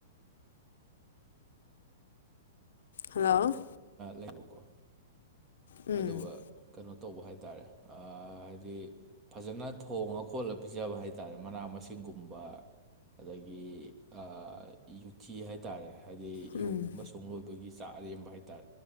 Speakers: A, on the left; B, on the right.
A: ꯍꯦꯂꯂꯤ
B: ꯂꯩꯕꯀꯣ
A: ꯎꯝ
B: ꯑꯗꯨꯒ ꯀꯩꯅꯣ ꯇꯧꯕ ꯍꯥꯏꯇꯥꯔꯦ ꯍꯥꯏꯗꯤ ꯐꯖꯅ ꯊꯣꯡꯉ ꯈꯣꯠꯂ ꯄꯤꯖꯕ ꯍꯥꯏ ꯇꯥꯔꯦ ꯃꯅꯥ ꯃꯁꯤꯡꯒꯨꯝꯕ ꯑꯗꯒꯤ ꯑꯥ ꯌꯨꯊꯤ ꯍꯥꯏꯇꯥꯔꯦ ꯍꯥꯏꯗꯤ
A: ꯎꯝ
B: ꯌꯨꯒꯨꯝꯕ ꯁꯨꯡ ꯂꯣꯏꯕꯒꯤ ꯆꯥꯛ ꯑꯔꯦꯝꯕ ꯍꯥꯏ